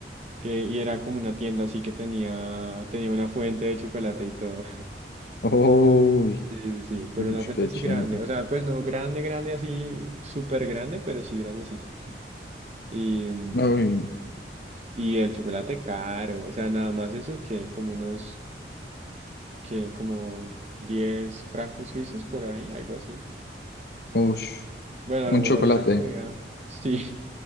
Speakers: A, on the right; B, on the left.
A: que, y era como una tienda así que tenía, tenía una fuente de chocolate y todo. <laughs>
B: Uy,
A: Sí, sí, sí, pero
B: uy,
A: una fuente
B: qué
A: así
B: chimba.
A: grande. O sea, pues no grande, grande, así súper grande, pero sí grandecita. <laughs> Y, mm,
B: Uy,
A: y el chocolate caro, o sea, nada más eso que como unos, que como 10 francos suizos por ahí, algo así.
B: ush,
A: Bueno, a lo
B: un
A: mejor
B: chocolate.
A: se podía, sí,